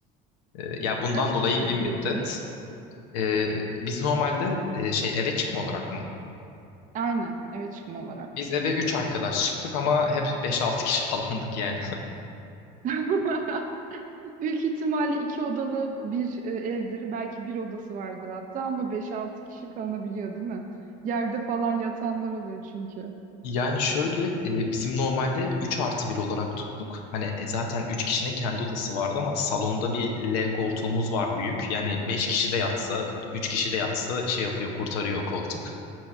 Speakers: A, on the left; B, on the right.
A: Ee, ya bundan
B: Kaç
A: dolayı
B: kişi
A: bir
B: girdiniz?
A: müddet e, biz normalde e, şey eve çıkma olarak mı?
B: Aynen eve çıkma olarak.
A: Biz eve 3 arkadaş çıktık ama hep beş altı kişi <laughs> falandık yani.
B: <laughs> Büyük ihtimalle iki odalı bir e, evdir. Belki bir odası vardır hatta ama beş altı kişi kalınabiliyor değil mi? Yerde falan yatanlar oluyor çünkü.
A: Yani şöyle e, bizim normalde 3 artı bir olarak tuttuk. Hani e, zaten 3 kişinin kendi odası vardı ama salonda bir L koltuğumuz var büyük. Yani 5 kişi de yatsa, 3 kişi de yatsa şey yapıyor, kurtarıyor o koltuk.